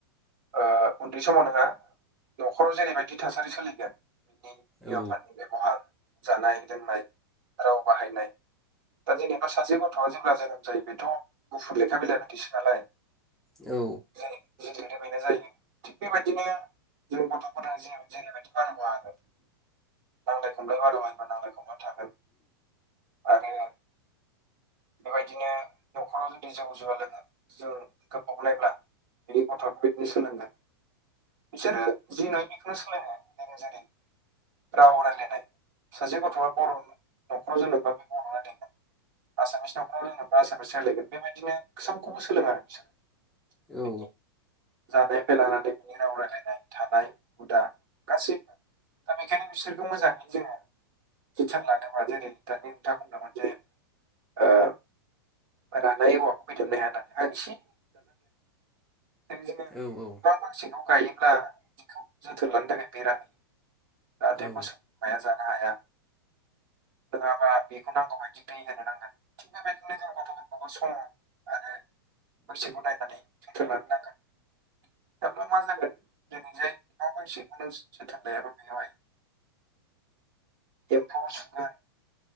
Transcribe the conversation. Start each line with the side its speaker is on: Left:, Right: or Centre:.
Right: ओ उन्दै समाव नङा न'खराव जेरैबायदि थासारि सोलिगोन बिनि बिमा
Centre: औ
Right: बिफानि बेब'हार जानाय लोंनाय राव बाहायनाय दा जेनेबा सासे गथ'आ जेब्ला जोनोम जायो बेथ' गुफुर लेखा बिलाइ बायदिसो नालाय
Centre: औ
Right: जों <unintelligible> बेनाय जायो थिग बेबायदिनो जों गथ'फोरा जे जेरैबायदि बारगाव हागोन नांलाय खमलाय <unintelligible> खमलाय थागोन आरो बेबायदिनो न'खराव जुदि जौ जुवा लोङो जों गोबाव नायब्ला बिनि गथ'आबो बिदिनो सोलोंगोन बिसोरो जि नुय बेखौनो सोलोङो जेरै राव रनायलायनाय सासे गथ'आ बर' न'खराव <unintelligible> बे बर' रायलायगोन आसामिस नखराव <unintelligible> आसामिस रायलायगोन बेबायदिनो खौबो सोलोङो आरो बिसोरो
Centre: औ
Right: बिनि जानायनिफ्राय लानानै बिनि राव रायलायनाय थानाय हुदा गासैबो दा बेनिखायनो बिसोरखौ मोजाङै जोङो जोथोन लानोबा जेरै दानि नोंथाङा बुंदोंमोन जे ओ रानाय औवाखौ फेदोबनो हाया नालाय आं एसे <unintelligible>
Centre: औ
Right: <unintelligible> सिखौ गायोब्ला बेखौ जोथोन लानो थाखाय बेरा होयो जाहाथे
Centre: औ
Right: मोसौ माया जानो हाया नङाबा बेखौ नांगौबायायदि दै होनो नांगोन थिग बेबायदिनो जों गथ'फोरखौबो सम आरो बैसोखौ नायनानै जोथोन लानो नांगोन थाब्ला मा जागोन दिनैहाय ना मानसिखौनो जोथोन लायाबा बेयावहाय एफौ सुगोन